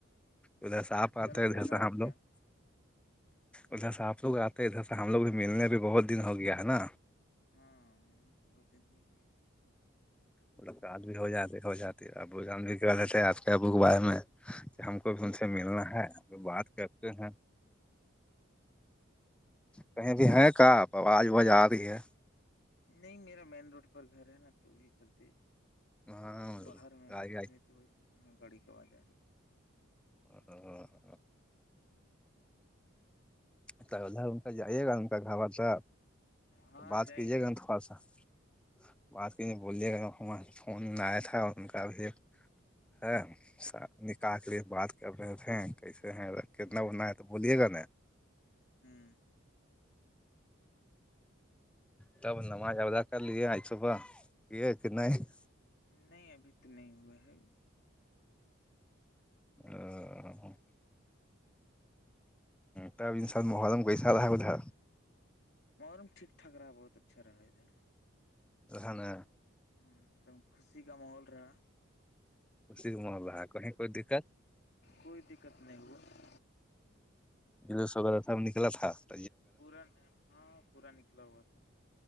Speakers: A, in the centre; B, on the left (about 55°).
A: ادھر صاف بات
B: چلا
A: ہےدھر
B: جائے گا
A: سے
B: اور
A: ہم
B: کیا
A: لوگ <unintelligible> <unintelligible> ادھر سے آپ لوگ آتے ہیں ادھر سے ہم لوگ بھی ملنے بھی بہت دن ہو گیا ہے نا
B: ہاں مل تو بہت دن ہو گیا
A: ملاقات بھی ہو جاتی ہو جاتی اور بوجن بھی کر دیتے ہے آج ک بوکوار میں <unintelligible> ہم کو بھی ان سے ملنا ہے بات کرتے ہیں کہیں بھی ہے کاپ آواز آواز آ رہی ہے
B: نہیں میرا مین روڈ پر گھر ہے نا تو یہ چلتے
A: ہاں
B: باہر میں
A: گائے
B: بیٹھے
A: گ <unintelligible>
B: ہوئے تو وہ گاڑی کے باز جا رہی <unintelligible>
A: اور <unintelligible> ادھر ان جائیے گا گبر سے
B: ہاں
A: بات
B: جائیں
A: کیجے
B: گے
A: گا تھوڑا سا <unintelligible> بات کےے بلیے سے فون آیا تھا اور ان کا بھی ہے س نکح کے لیے بات کر رہے تھ کیسے ہیں
B: ہوں
A: کتنا انا <unintelligible> تو بولیے گ نا <unintelligible>
B: ہوں
A: تب نماز آ <unintelligible> چلے آج صبح یہ کہ نہیں <unintelligible> <unintelligible>
B: نہیں ابھی تو نہیں ہوا ہے
A: ا <unintelligible> <unintelligible> تب انسان محرلم کیسا رہا ہے ادھرا
B: اورم ٹھ ٹھاک رہا بہت اچھا رہا ادھر
A: ز نے <unintelligible> <unintelligible>
B: ہ ایک دم خوشی کا ماحول رہا
A: اسسی کو مح ب کہیں کوئی دقت
B: کوئی دقت نہیں ہوا
A: ج سگا تھا نکلا تھا <unintelligible> <unintelligible>
B: پورا ہاں پورا نکلا ہوا تھا